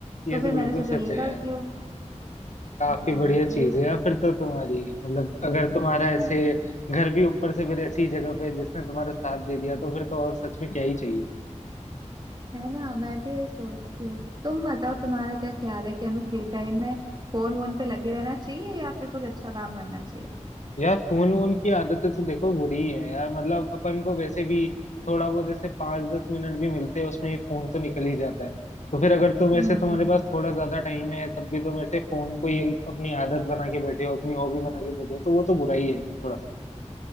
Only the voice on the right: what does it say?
तो फिर
मैंने
सोचा
ये
करती
हूँ
हाँ
यही होता
है
<laughs>
है ना मैं भी यही सोचती हूँ तुम बताओ तुम्हारा क्या ख्याल है कि हमें फ्री टाइम में फोन वोन पे लगे रहना चाहिए या फिर कुछ अच्छा काम करना चाहिए
हम्म